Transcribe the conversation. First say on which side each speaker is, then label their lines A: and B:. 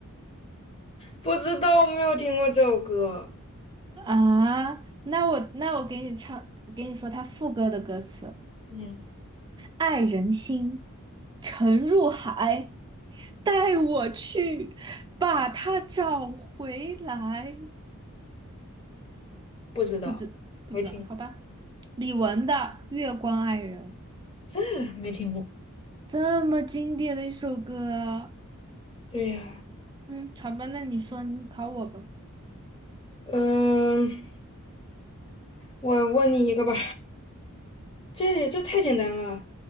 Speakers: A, on the left; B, on the right.
A: 不知道，没有听过这首歌。
B: <laughs> 啊，那我那我给你唱，给你说它副歌的歌词，
A: 嗯，
B: 爱人心沉入海，带我去把它找回来。
A: 不知道，
B: 不知不知道，
A: 没听。
B: 好吧。李玟的《月光爱人》
A: 这没听过。
B: 这么经典的一首歌，
A: 对呀，
B: 嗯，好吧，那你说你考我吧。
A: 嗯，我问你一个吧，这这太简单了。